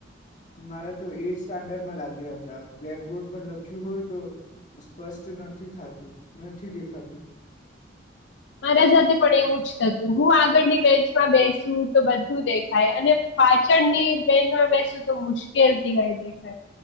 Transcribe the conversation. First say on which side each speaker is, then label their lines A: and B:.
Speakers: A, on the left; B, on the left.
A: મારા તો એથ સ્ટાન્ડર્ડમાં લાગ્યા હતા બ્લેકબોર્ડ પર લખ્યું હોય તો સ્પષ્ટ નથી થાતું નથી દેખાતું.
B: મારા સાથે પણ એવું જ થતું હું આગળની બેન્ચમાં બેસુ તો બધું દેખાય અને પાછળની બેન્ચમાં બેસુ તો મુશ્કેલથી ગાય દેખાય.